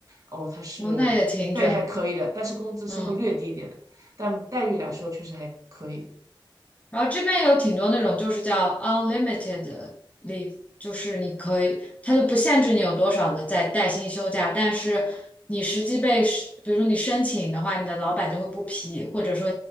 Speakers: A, on the right (about 40°); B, on the left (about 15°).
A: 哦，它是待遇还可以的，
B: 哦，那也挺卷的，
A: 但是工资是会略低一点的。
B: 嗯。
A: 但待遇来说确实还可以。
B: 然后这边有挺多那种就是叫 unlimited leave，就是你可以，它就不限制你有多少的在带薪休假，但是你实际被是比如说你申请的话，你的老板就会不批，或者说